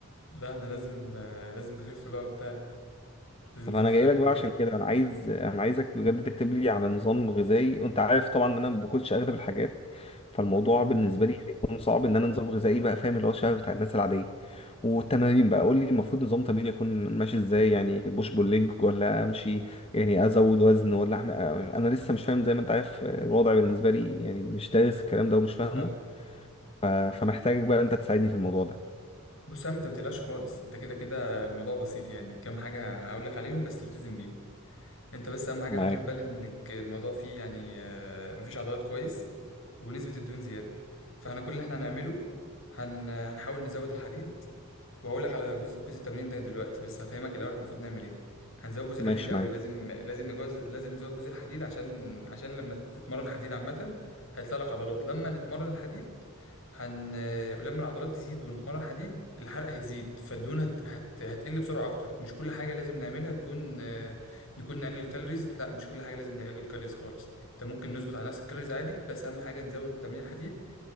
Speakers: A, on the left; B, on the left.
A: لا انا لازم آه، لازم نخف بقى وبتاع لازم
B: طب
A: نخف
B: انا جاي
A: اكل
B: لك بقى
A: وكده
B: عشان كده انا عايز انا عايزك بجد تكتب لي على نظام غذائي وانت عارف طبعا ان انا ما باكلش اغلب الحاجات فالموضوع
A: امم
B: بالنسبه لي هيكون صعب ان انا نظام غذائي بقى فاهم اللي هو شبه بتاع الناس العاديه والتمارين بقى قول لي المفروض نظام تمرين يكون ماشي ازاي يعني بوش بول ليج ولا امشي يعني ازود وزن ولا أعمل- انا لسه مش فاهم زي ما انت عارف الوضع بالنسبه لي يعني مش دارس الكلام ده ومش فاهمه
A: اه
B: ف- فمحتاجك بقى انت تساعدني في الموضوع ده
A: بص يا عم انت ما تقلقش خالص انت كده كده الموضوع بسيط يعني كام حاجه هقول لك عليهم بس التزم بيهم انت بس اهم حاجه
B: معاك
A: انا واخد بالي انك الموضوع فيه يعني آه، مفيش عضلات كويس ونسبه الدهون زياده فاحنا كل اللي احنا هنعمله هن... هنحاول نزود الحديد وهقول لك على جزء جزء التمرين ده دلوقتي بس هفهمك الاول احنا المفروض نعمل ايه هنزود جزء
B: ماشي
A: الحديد قوي
B: معاك
A: لازم لازم نجوز لازم نزود جزء الحديد عشان عشان لما تتمرن حديد عامه هيطلع لك عضلات لما نتمرن الحديد هن لما العضلات تزيد ونتمرن حديد الحرق هيزيد فالدهون هت... هت... هتقل بسرعه اكتر مش كل حاجه لازم نعملها تكون آه، نكون نقلل الكالوريز لا مش كل حاجه لازم نقلل الكالوريز خالص انت ممكن نظبط على نفس الكالوريز عادي بس اهم حاجه نزود تمرين حديد